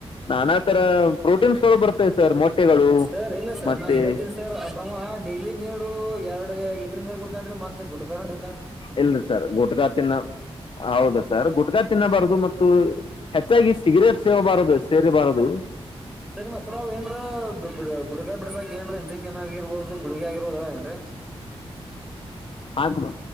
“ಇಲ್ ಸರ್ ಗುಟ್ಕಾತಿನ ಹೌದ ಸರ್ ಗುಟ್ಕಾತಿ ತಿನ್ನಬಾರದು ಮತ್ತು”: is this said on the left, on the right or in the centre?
Left